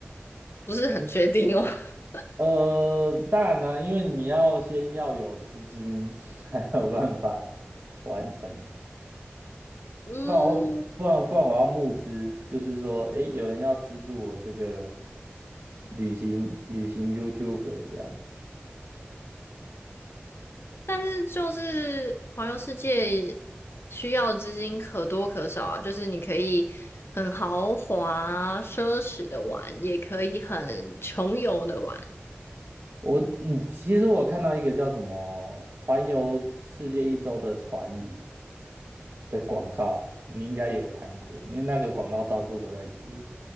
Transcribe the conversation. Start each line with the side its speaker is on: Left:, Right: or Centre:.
Left: 不是很确定哦。<laughs>
Right: 呃，当然呢，因为你要先要有资金 <laughs> 才有办法完成，
Left: 嗯，
Right: 不然我不然不然我要募资，就是说，诶，有人要资助我这个旅行旅行 YouTuber 这样。
Left: 但是就是环游世界需要的资金可多可少啊，就是你可以很豪华奢侈的玩，也可以很穷游的玩。
Right: 我嗯，其实我看到一个叫什么“环游世界一周”的船旅的广告，你应该有看过，因为那个广告到处都在贴。